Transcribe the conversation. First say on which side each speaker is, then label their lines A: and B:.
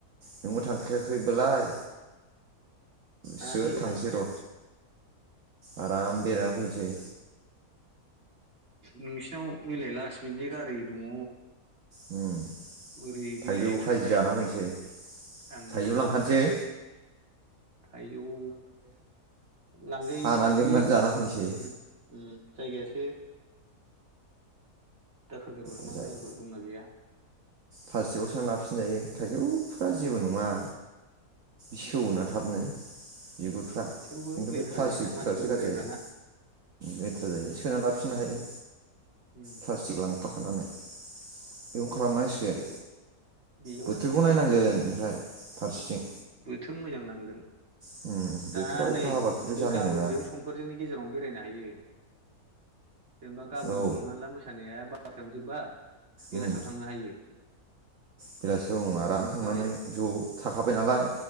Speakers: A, on the right; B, on the right.
A: नोंबो थांखायाखैबालाय
B: थांयाखै
A: स्रो थांसै
B: थांनाया।
A: र' आराम बेरायना फैनोसै
B: नोंसिनाव मिलाय लास मिनिटनि गारि दङ।
A: उम।
B: बोरै बिलाइ
A: थाइजौ खाजि
B: थाबाय
A: जाना फैनोसै
B: आंनि
A: थाइजौ
B: थाबाय।
A: लांखानोसै
B: थाइजौ लांजायो
A: हानानै लेमनानै
B: बेयाव
A: जाना
B: ओम।
A: फैनोसै
B: उम जायगायासो दाखोर गारग्रा
A: ओजाय
B: मा गारग्रा दंना गैया।
A: प्लास्टिकआव सोना लाबोफिनजायो थाइजौफ्रा जेबो नङा। सेवनो
B: उम
A: थाबनो बिगुरफ्रा
B: उम
A: खिन्थु
B: थेवबो लेथ्रा
A: बे प्लास्टिकफोरासो
B: जायोना मानसिफोर बेरायग्राना
A: गाज्रि जायो। लेथ्रा जायो सोना लाबोफिननो हायो।
B: उम
A: प्लास्टिक लांफाखानानै। बेखौ खालामनांसिगोन
B: उम जायखिया बेयावनो
A: बोथोरखौ
B: थांनानै
A: नायनांगोन ओमफ्राय फारसेथिं।
B: बोथोर मोजां नांगोन
A: उम बोथोरा
B: दा
A: अखा
B: नै
A: हाबा खिन्थु
B: बे
A: जानाय
B: गाबोनजों
A: नङा
B: समफोरजोंनि गेजेरावनो बेरायनो हायो। जेनेबा गाबोन
A: औ
B: हमना ला मोसानाया बारथायावनो जोबबा बेलासियाव
A: उम
B: थांनो हायो
A: बेलासियाव आराम
B: ओमफ्राय
A: थांनानै ज' थाखाबाय नालाय।